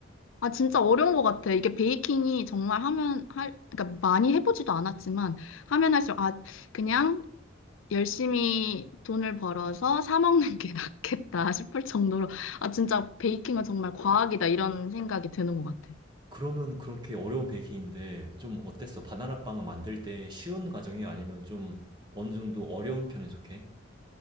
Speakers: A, on the left; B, on the right.
A: 아, 진짜 어려운 것 같아. 이게 베이킹이 정말 하면, 할, 그러니까 많이 해보지도 않았지만, 하면 할수록, 아, 그냥 열심히 돈을 벌어서 사 먹는 게 <laughs> 낫겠다 싶을 정도로, 아, 진짜 베이킹은 정말 과학이다. 이런 생각이 드는 것 같아.
B: 그러면 그렇게 어려운 베이킹인데 좀 어땠어? 바나나 빵을 만들 때 쉬운 과정이 아니면 좀 어느 정도 어려운 편에 속해?